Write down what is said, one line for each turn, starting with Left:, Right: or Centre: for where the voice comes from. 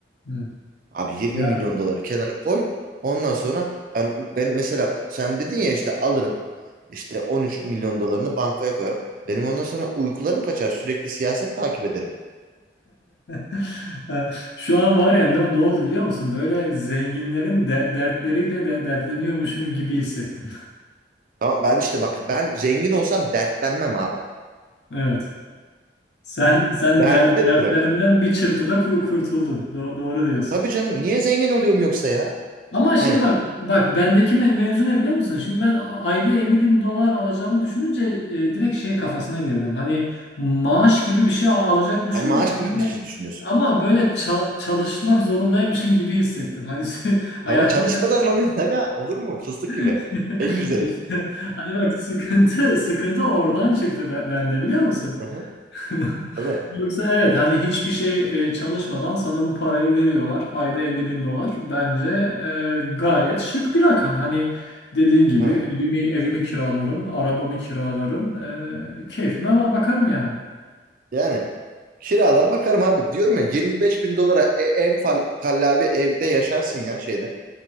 Left: evet.
Right: Abi 20
Left: Ya.
Right: milyon doları kenara koy. Ondan sonra ben ben mesela sen dedin ya işte alırım işte 13 milyon dolarını bankaya koyarım. Benim ondan sonra uykularım kaçar. Sürekli siyaset takip ederim.
Left: <laughs> Şu an var ya ne, ne oldu biliyor musun? Böyle zenginlerin de, dertleriyle de dertleniyormuşum gibi hissettim.
Right: Tamam ben işte bak ben zengin olsam dertlenmem abi.
Left: <laughs> Evet. Sen sen
Right: Derdi
Left: der-
Right: de
Left: dertlerinden
Right: bırakın.
Left: bir çırpıda ku- kurtuldun. Do- doğru diyorsun.
Right: Tabii canım niye zengin oluyorum yoksa ya?
Left: Ama şimdi
Right: Hani
Left: bak bak bendeki me mevzu ne biliyor musun? Şimdi ben a- ayda 50 bin dolar alacağımı düşününce e, direkt şey kafasına girdim. Hani maaş gibi bir şey al- alacakmışım
Right: ben maaş
Left: da böyle-
Right: gibi bir şey düşünüyorsun.
Left: ama böyle ça- çalışmak zorundaymışım gibi hissettim. Hani <laughs> hayatımda
Right: Ama çalışmadan alıyorsun aga. Olur mu? Fıstık
Left: <laughs>
Right: gibi. En güzeli.
Left: işte hani bak sıkıntı sıkıntı oradan çıktı be- bende biliyor musun?
Right: Hı hı.
Left: <laughs>
Right: Tabii.
Left: Yoksa evet hani hiçbir şey e, çalışmadan sana bu parayı veriyorlar. Ayda 50 bin dolar. Bence e, gayet şık bir rakam. Hani dediğin gibi
Right: Hı.
Left: evimi evimi kiralarım, arabamı kiralarım. e, keyfime ba- bakarım yani.
Right: Yani kiralar bakarım abi. Diyorum ya 25 bin dolara e- en fal- kallavi evde yaşarsın ya şeyde.